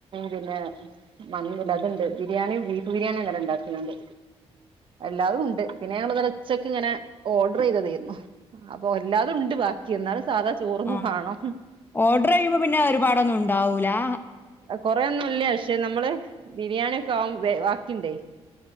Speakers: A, on the right (about 50°); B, on the left (about 20°).
A: പിന്നെ മന്തി അതുണ്ട് ബിരിയാണിയ ബീഫ് ബിരിയാണിയ ഇന്നലെ ഉണ്ടാക്കിയണ്ട് എല്ലാതും ഉണ്ട് പിന്നെ ഞങ്ങല്ല ഉച്ചക്ക് ഇങ്ങനെ ഓർഡർ ചെയ്തതായിരുന്നു അപ്പൊ എല്ലാതും ഉണ്ട് ബാക്കി എന്നാലും സാധാ ചോറൊന്ന്
B: ആ
A: വാണം
B: ഓർഡർ ചെയ്യുമ്പോ പിന്നെ ഒരുപാടൊന്നും ഉണ്ടാവൂ ല്ലാ
A: കൊറെൊന്നുംല്ല പക്ഷെ നമ്മള് ബിരിയാണി ഒക്കെ ആഹ് ബാക്കിണ്ടേ